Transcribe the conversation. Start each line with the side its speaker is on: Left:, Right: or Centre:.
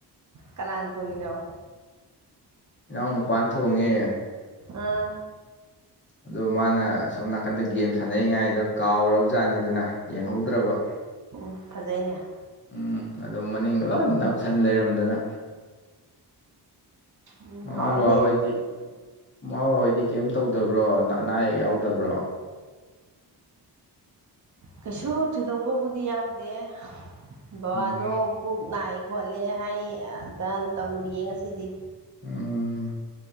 Right: ꯀꯅꯥꯅ ꯊꯣꯡꯉꯤꯅꯣ
Left: ꯏꯅꯥꯎ ꯅꯨꯄꯥꯥꯟ ꯊꯣꯡꯉꯦ
Right: ꯑꯥ
Left: ꯑꯗꯣ ꯃꯥꯅ ꯁꯣꯝ ꯅꯥꯀꯟꯗ ꯒꯦꯝ ꯁꯥꯟꯅꯔꯤꯉꯥꯏꯗ ꯀꯥꯎꯔꯕ ꯖꯥꯠꯅꯤꯗꯅ ꯌꯦꯡꯍꯧꯗ꯭ꯔꯕ
Right: ꯎꯝ ꯐꯖꯩꯅꯦ
Left: ꯎꯝ ꯑꯣ ꯃꯅꯤꯡꯗꯣ ꯂꯣꯏ ꯅꯅꯥꯞꯁꯟ ꯂꯩꯔꯝꯗꯅ
Right: ꯎꯝ
Left: ꯃꯃ
Right: ꯍꯥꯎꯔꯝꯅꯤ
Left: ꯕꯥ ꯑꯣꯏꯗꯤ ꯃꯥꯕꯣꯏꯗꯤ ꯀꯩꯝ ꯇꯧꯗꯕ꯭ꯔꯣ ꯑꯅꯥ ꯑꯌꯦꯛ ꯌꯥꯎꯗꯕ꯭ꯔꯣ
Right: ꯀꯩꯁꯨ ꯊꯣꯏꯗꯣꯛꯄꯕꯨꯗꯤ ꯌꯥꯎꯗꯦ ꯕꯕꯥꯗꯣ
Left: ꯎꯝ
Right: ꯄꯨꯛ ꯅꯥꯏ ꯈꯣꯠꯂꯦ ꯍꯥꯏ ꯑꯅ ꯇꯧꯔꯤꯌꯦ ꯉꯁꯤꯗꯤ
Left: ꯎꯝ